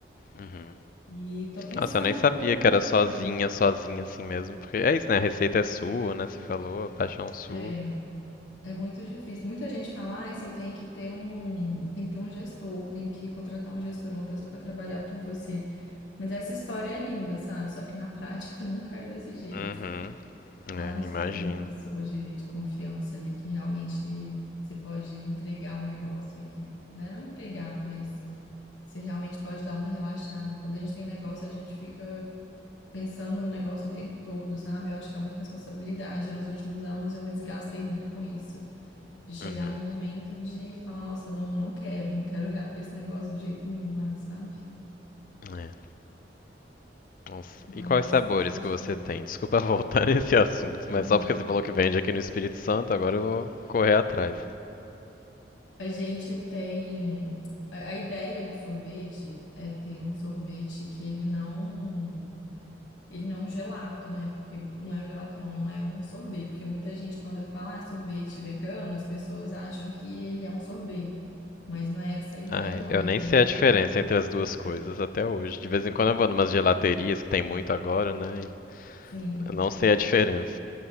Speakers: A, on the left; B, on the left.
A: Uhum.
B: E tô pensando
A: Nossa, eu nem
B: o que
A: sabia
B: que eu vou fazer
A: que era
B: da
A: sozinha,
B: vida.
A: sozinha assim mesmo, porque é isso, né? A receita é sua, né? Você falou, a paixão sua.
B: É, é muito difícil. Muita gente fala, ai, você tem que ter um, tem que ter um gestor, tem que contratar um gestor, uma pessoa para trabalhar por você. Mas essa história é linda, sabe? Só que na prática <laughs> nunca é desse jeito,
A: Uhum,
B: sabe?
A: é, imagino.
B: Você ter uma pessoa de, de confiança ali que realmente você pode entregar o negócio e que, né, não entregar, mas Você realmente pode dar uma relaxada. Quando a gente tem negócio, a gente fica pensando no negócio o tempo todo, sabe? Eu acho que é muita responsabilidade. Nos últimos anos, eu me desgastei muito com isso. De chegar
A: Uhum,
B: num momento de falar, nossa, não, não quero, não quero olhar para esse negócio de jeito nenhum mais, sabe?
A: é. Nossa.
B: Mas,
A: E quais sabores
B: isso continua.
A: que você tem? Desculpa voltar <laughs> nesse assunto,
B: <laughs>
A: mas só porque você falou que vende aqui no Espírito Santo, agora eu vou correr atrás.
B: A gente tem. A a ideia do sorvete é ter um sorvete que ele não Ele não é um gelato, né? Porque não é um gelato, não, não é um sorbet. Porque muita gente, quando eu falo ah, sorvete vegano, as pessoas acham que ele é um sorbet. Mas não é essa a ideia,
A: Ai,
B: não.
A: eu
B: A
A: nem
B: ideia
A: sei
B: é.
A: a
B: real-
A: diferença entre as duas coisas até hoje. De vez em quando eu vou numas gelaterias que tem muito agora, né? E
B: Sim.
A: eu não sei a diferença.